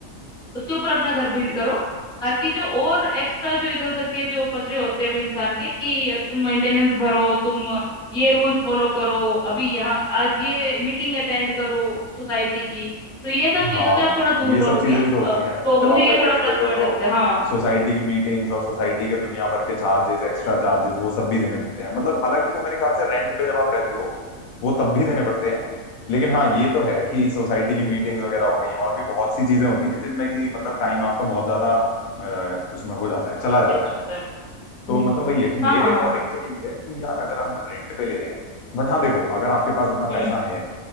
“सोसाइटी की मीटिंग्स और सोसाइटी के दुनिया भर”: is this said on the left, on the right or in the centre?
Left